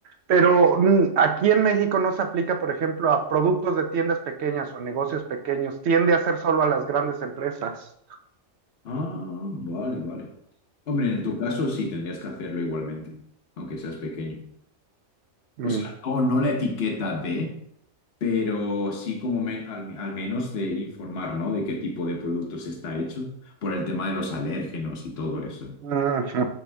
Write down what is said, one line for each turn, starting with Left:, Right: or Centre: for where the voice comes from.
Right: Pero mm, aquí en México no se aplica, por ejemplo, a productos de tiendas pequeñas o a negocios pequeños. Tiende a ser solo a las grandes empresas.
Left: Ah, vale, vale. Hombre, en tu caso sí tendrías que hacerlo igualmente, aunque seas pequeño. O
Right: Mm.
Left: sea, no, no la etiqueta de, pero sí como me- al, al menos de informar, ¿no? De qué tipo de productos está hecho, por el tema de los alérgenos y todo eso.
Right: Ah, ajá,